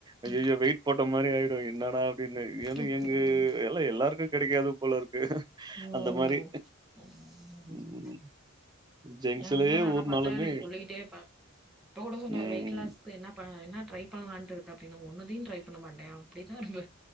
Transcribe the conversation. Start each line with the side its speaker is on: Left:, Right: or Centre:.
Right: ஐயையோ
Centre: ம்
Right: வெயிட் போட்ட மாரி ஆய் என்னடா அப்டினு ஏன்னா
Centre: ம்
Right: எங்க எல்லா எல்லாருக்கு கெடைக்காது போல இருக்கு
Centre: ம்
Right: அந்த மாரி. ம். ஜங்ஷன்லயே
Centre: ஏ ஹஸ்பெண்ட் என்ன
Right: ஊர்னாலுமே
Centre: பாத்தா என்ன சொல்லிட்டே இருப்பாங் இப்ப கூட சொன்னாரு
Right: ம்.
Centre: வெயிட் லாஸ்க்கு என்ன பண் என்ன ட்ரை பண்லாண்டு இருக்க அப்டின் ஒன்னுத்தையு ட்ரை பண்ண மாட்டே அப்டி தா இருந்